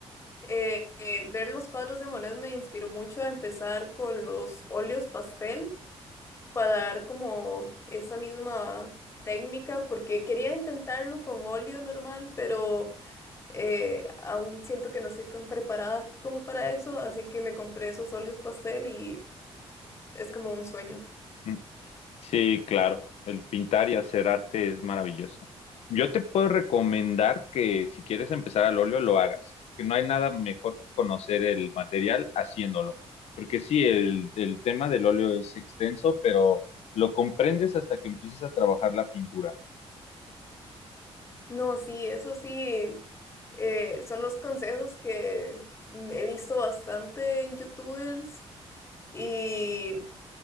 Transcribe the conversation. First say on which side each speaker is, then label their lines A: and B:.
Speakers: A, on the left (about 25°); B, on the left (about 75°).
A: eh, eh, ver los cuadros de Monet me inspiró mucho a empezar con los óleos pastel para dar como esa misma técnica, porque quería intentarlo con óleo normal, pero eh, aún siento que no estoy tan preparada como para eso, así que me compré esos óleos pastel y es como un sueño.
B: Mm. Sí, claro. El pintar y hacer arte es maravilloso. Yo te puedo recomendar que si quieres empezar al óleo, lo hagas, porque no hay nada mejor que conocer el material haciéndolo. Porque sí, el, el tema del óleo es extenso, pero lo comprendes hasta que empiezas a trabajar la pintura.
A: No, sí, eso sí, eh, son los consejos que mm, he visto bastante en YouTubers. Y